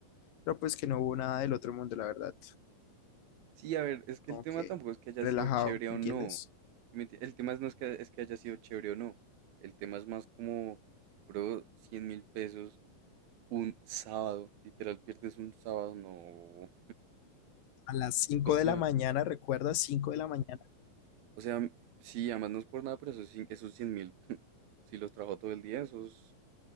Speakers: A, on the left; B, on the right.
A: pero pues que no hubo nada del otro mundo, la verdad,
B: Sí, a ver, es que
A: como
B: el tema
A: que
B: tampoco es que haya
A: relajado,
B: sido chévere o
A: ¿me entiendes?
B: no. ¿sí me enti- el tema es no es que, es que haya sido chévere o no. El tema es más como, bro, cien mil pesos un sábado. Literal, pierdes un sábado, no.
A: A las 5
B: O sea,
A: de la mañana, recuerda, 5 de la mañana.
B: o sea, sí, además no es por nada, pero esos, cien- esos cien mil, <laughs> si los trajo todo el día, esos,